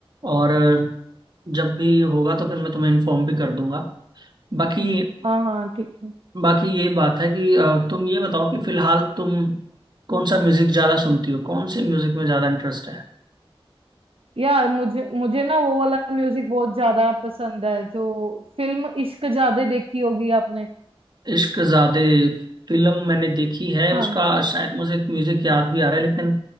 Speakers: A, on the right; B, on the right.
A: और जब भी होगा तो फिर मैं तुम्हें इन्फॉर्म भी कर दूंगा बाकी
B: हाँ हाँ ठीक है
A: बाकी ये बात है कि अ, तुम ये बताओ कि फिलहाल तुम कौन सा म्यूजिक ज्यादा सुनती हो कौन से म्यूजिक में ज्यादा इंटरेस्ट है
B: यार मुझे मुझे ना वो वाला म्यूजिक बहुत ज्यादा पसंद है जो फिल्म इश्क जादे देखी होगी आपने
A: इश्क ज़ादे फिल्म मैंने देखी है
B: हाँ
A: उसका शायद मुझे म्यूजिक याद भी आ रहा है लेकिन